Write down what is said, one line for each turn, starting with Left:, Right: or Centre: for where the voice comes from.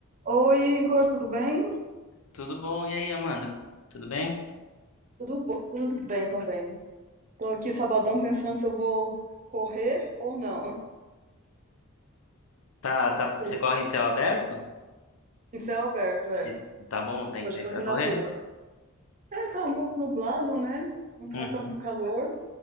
Right: Oi, Igor, tudo bem?
Left: Tudo bom? E aí, Amanda? Tudo bem?
Right: Tudo, bo- tudo bem também. Tô aqui sabadão pensando se eu vou correr ou não.
Left: Tá, tá,
Right: <laughs>
Left: você corre em céu aberto?
Right: Em céu aberto, é.
Left: E tá bom o tempo
Right: Hoje
Left: aí
Right: corri
Left: pra
Right: na
Left: correr?
Right: rua. É, tá um pouco nublado, né? Não tá
Left: Uhum.
Right: tanto calor,